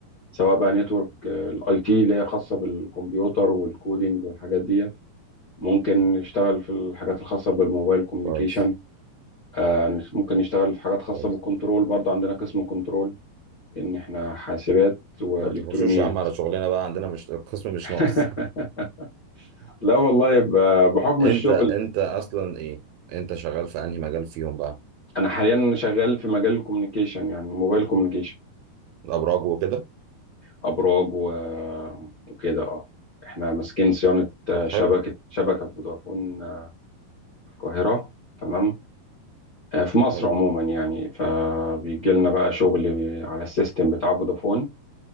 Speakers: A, on the left; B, on the right.
A: سواء بقى نتورك الاي تي اللي هي خاصة بالكمبيوتر والكودينج والحاجات ديت ممكن نشتغل في الحاجات الخاصة بالموبايل كوميونيكيشن
B: كويس
A: آه، ممكن نشتغل في حاجات خاصة
B: كويس
A: بالكنترول برضه عندنا قسم كنترول إن إحنا حاسبات وإلكترونيات
B: ما تخشوش يا عم على شغلنا بقى عندنا مش القسم مش
A: <laughs>
B: ناقص
A: لا والله يبقى
B: <laughs>
A: بحكم
B: أنت
A: الشغل
B: أنت أصلا إيه أنت شغال في أنهي مجال فيهم بقى
A: أنا حاليا شغال في مجال الكوميونيكيشن يعني موبايل كوميونيكيشن
B: الابراج وكده
A: أبراج و... وكده أه إحنا ماسكين صيانة آه،
B: طب
A: شبكة
B: حلو
A: شبكة فودافون آه، في القاهرة تمام آه، في مصر
B: حلو
A: عموما يعني فبيجي لنا بقى شغل على السيستم بتاع فودافون